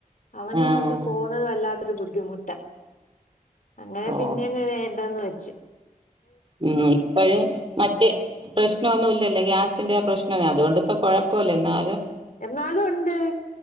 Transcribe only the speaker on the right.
ആഹ്
ഓ
ഉം ആ ഇപ്പഴ് മറ്റ് പ്രശ്നമൊന്നുമില്ലല്ലോ ഗ്യാസിന്റെ പ്രശ്നവേഅതുകൊണ്ട് ഇപ്പൊ കുഴപ്പമില്ല എന്നാ